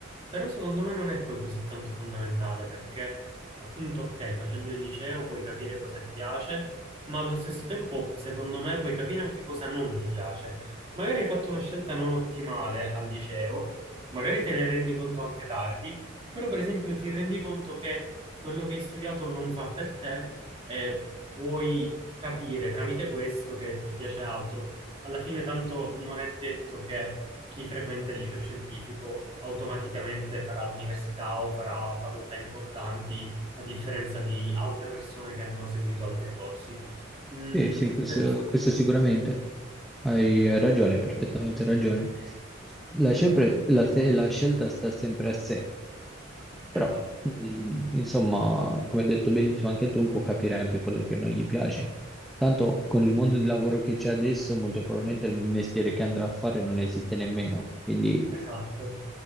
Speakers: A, on the right; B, in the centre.
A: però secondo me non è poi così tanto fondamentale perché appunto, ok, facendo il liceo puoi capire cosa ti piace, ma allo stesso tempo, secondo me, puoi capire anche cosa non ti piace. Magari hai fatto una scelta non ottimale al liceo, magari te ne rendi conto anche tardi, però per esempio ti rendi conto che quello che hai studiato non fa per te e puoi capire tramite questo che ti piace altro. Alla fine, tanto non è detto che chi frequenta il liceo scientifico automaticamente farà l'università o farà facoltà importanti, a differenza di altre persone che hanno seguito altri corsi. Mm,
B: Sì, sì, questo,
A: cioè adesso-
B: questo sicuramente. Hai hai ragione, perfettamente ragione. La, sempre- la se- la scelta sta sempre a sé,
A: esatto,
B: però, mm, insomma, come hai detto benissimo anche tu, può capire anche quello che non gli piace. Tanto
A: sì,
B: con il mondo di lavoro che c'è adesso, molto probabilmente il mestiere che andrà a fare non esiste nemmeno. Quindi,
A: esatto.